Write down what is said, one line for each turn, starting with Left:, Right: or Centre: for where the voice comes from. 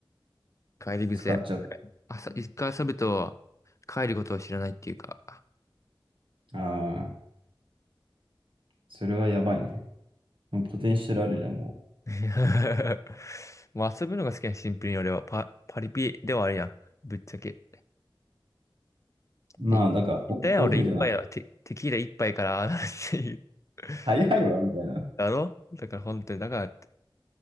Left: 帰り癖。
Right: 使っちゃう。
Left: 朝、一回遊ぶと帰ることを知らないっていうか。
Right: ああ、それはやばいね。もうポテンシャルあるじゃん、も
Left: いや <laughs> まあ遊ぶのが好きなシンプルに俺はパ、パリピではあるやん。ぶっちゃけ。
Right: う。まあ、
Left: で、い言ったやん、
Right: だから、オンとオフじゃない。
Left: 俺一杯はテ、テキーラ一杯からああなるっていう。<laughs>
Right: 早いわ、みたいな。
Left: だろだから本当に、だから、